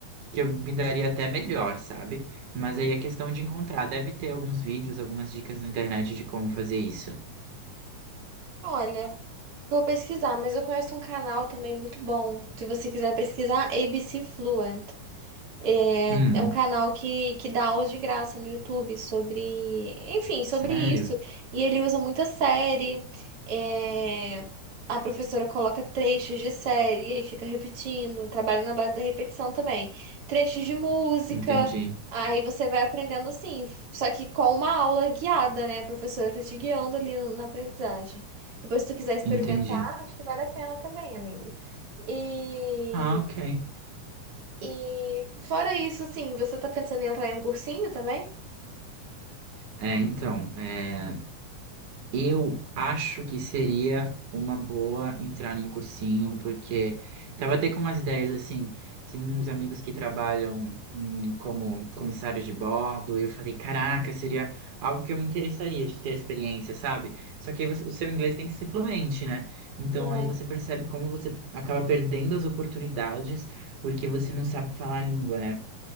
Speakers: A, on the right; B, on the right.
A: que eu me daria até melhor, sabe? Mas
B: Hum.
A: aí é questão de encontrar. Deve ter alguns vídeos, algumas dicas na internet de como fazer isso.
B: Olha, vou pesquisar, mas eu conheço um canal também muito bom. Se você quiser pesquisar, ABC Fluent. É,
A: Hum,
B: é um canal que, que dá aulas de graça no YouTube sobre, enfim, sobre
A: sério?
B: isso. E ele usa muita série. é, a professora coloca trechos de série e aí fica repetindo. Trabalho na base da repetição também. Trechos de música.
A: Entendi,
B: Aí você vai aprendendo assim, só que com uma aula guiada, né? A professora tá te guiando ali no- na aprendizagem. Depois, se tu quiser experimentar,
A: entendi.
B: acho que vale a pena também, amigo. E
A: Ah, ok.
B: e fora isso, assim, você tá pensando em entrar em um cursinho também?
A: É, então, é. Eu acho que seria uma boa entrar em um cursinho, porque tava até com umas ideias assim. Tem uns amigos que trabalham hum, como comissários de bordo, e eu falei, caraca, seria algo que eu me interessaria de ter a experiência, sabe? Só que aí você- o seu inglês tem que ser fluente, né? Então
B: É.
A: aí você percebe como você acaba perdendo as oportunidades porque você não sabe falar a língua, né?